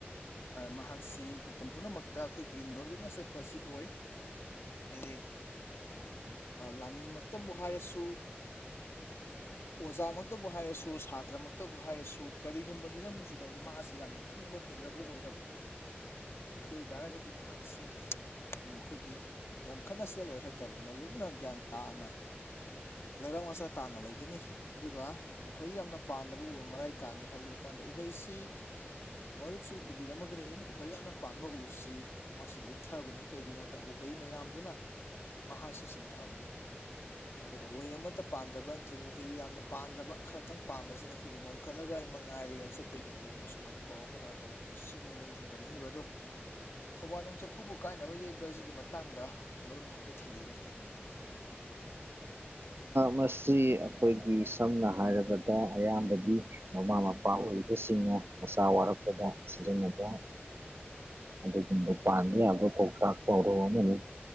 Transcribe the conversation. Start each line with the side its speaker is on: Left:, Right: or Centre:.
Left: ꯃꯍꯥꯛꯁꯤ ꯃꯇꯝ ꯄꯨꯝꯅꯃꯛꯇ ꯑꯩꯈꯣꯏꯒꯤ ꯅꯣꯂꯨꯛꯅ ꯆꯠꯄ ꯑꯁꯤ ꯑꯣꯏ ꯍꯌꯦꯡ ꯂꯥꯟꯃꯤꯃꯛꯇꯕꯨ ꯍꯥꯏꯔꯁꯨ ꯑꯣꯖꯥꯃꯛꯇꯕꯨ ꯍꯥꯏꯔꯁꯨ ꯁꯥꯇ꯭ꯔꯃꯛꯇꯕꯨ ꯍꯥꯏꯔꯁꯨ ꯀꯔꯤꯒꯨꯝꯕ ꯍꯤꯔꯝꯁꯤꯗ ꯃꯥꯁꯤ ꯌꯥꯝꯅ ꯈꯪꯕ ꯍꯩꯔꯕ ꯑꯣꯏꯔꯕ ꯑꯗꯨ ꯑꯣꯏꯇꯥꯔꯒꯗꯤ ꯃꯍꯥꯛꯁꯤ ꯃꯈꯣꯏꯒꯤ ꯅꯣꯡꯈꯠꯅ ꯆꯠ ꯂꯣꯏ ꯍꯥꯏ ꯅꯣꯂꯨꯛꯅ ꯒ꯭ꯌꯥꯟ ꯇꯥꯅ ꯂꯩꯕꯥꯛ ꯃꯆꯥ ꯇꯥꯅ ꯂꯩꯒꯅꯤ ꯑꯗꯨꯒ ꯎꯍꯩ ꯌꯥꯝꯅ ꯄꯥꯟꯗꯕ ꯎ ꯃꯔꯥꯏ ꯀꯥꯡꯉꯤ ꯍꯥꯏꯕꯁꯤ ꯃꯇꯥꯡꯗ ꯎꯍꯩꯁꯤ ꯃꯔꯨꯞꯁꯨ ꯎꯕꯤꯔꯝꯃꯒꯅꯤ ꯎꯍꯩ ꯌꯥꯝꯅ ꯄꯥꯟꯕ ꯎꯁꯤ ꯃꯥꯁꯤ ꯂꯨꯞꯊꯕꯅꯤ ꯀꯩꯒꯤꯅꯣꯗ ꯎꯍꯩ ꯃꯌꯥꯝꯗꯨꯅ ꯃꯍꯥꯛꯁꯤ ꯆꯤꯡꯊꯕꯅꯤ ꯑꯗꯨꯒ ꯎꯍꯩ ꯑꯃꯠꯇ ꯄꯥꯟꯗꯕ ꯅꯠꯇ꯭ꯔꯒ ꯎꯍꯩ ꯌꯥꯝꯅ ꯄꯥꯗꯕ ꯈꯔꯇꯪ ꯄꯥꯟꯕꯁꯤꯅ ꯑꯩꯈꯣꯏꯒꯤ ꯅꯣꯡ ꯀꯈꯠꯂꯒ ꯑꯩ ꯃ ꯉꯥꯏꯔꯦꯅ ꯆꯠꯄꯒꯤ ꯃꯑꯣꯡꯒ ꯁꯨꯃꯥꯏꯅ ꯄꯧꯔꯥꯎ ꯄꯇ ꯇꯧꯕꯅꯤ ꯁꯤꯃꯛꯅ ꯑꯩꯅ ꯊꯝꯖꯅꯤꯡꯉꯤꯕ ꯑꯗꯣ ꯊꯧꯕꯥꯜꯗꯣꯡ ꯆꯐꯨꯕꯨ ꯀꯥꯏꯅꯕ ꯌꯩꯕ ꯑꯁꯤꯒꯤ ꯃꯇꯥꯡꯗ ꯃꯔꯨꯞꯅ ꯍꯥꯏꯐꯦꯠ ꯊꯝꯕꯤꯌꯨꯅꯦ
Right: ꯃꯁꯤ ꯑꯩꯈꯣꯏꯒꯤ ꯁꯝꯅ ꯍꯥꯏꯔꯕꯗ ꯑꯌꯥꯝꯕꯗꯤ ꯃꯃꯥ ꯃꯄꯥ ꯑꯣꯏꯔꯤꯕꯁꯤꯡꯅ ꯃꯆꯥ ꯋꯥꯔꯛꯄꯗ ꯁꯤꯖꯤꯟꯅꯕ ꯑꯗꯨꯒꯨꯝꯕ ꯄꯥꯟꯕ ꯌꯥꯕ ꯄꯧꯇꯥꯛ ꯄꯥꯎꯔꯧ ꯑꯃꯅꯤ